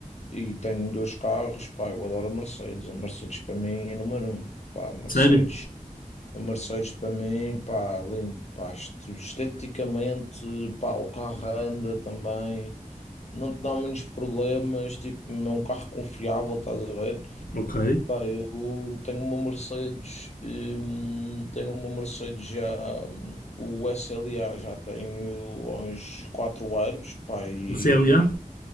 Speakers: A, on the left (about 50°); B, on the left (about 85°).
A: e tenho dois carros, pá, eu adoro a Mercedes. A Mercedes para mim é número um. Pá, a Mercedes.
B: Sério?
A: A Mercedes para mim, pá, lindo, pá, est- esteticamente, pá, o carro anda também, não te dá muitos problemas, tipo, é um carro confiável, estás a ver?
B: Ok.
A: Pá, eu tenho uma Mercedes, hum, tenho uma Mercedes já, hum, o S L A já tenho há uns 4 anos, pá, e
B: O CLA?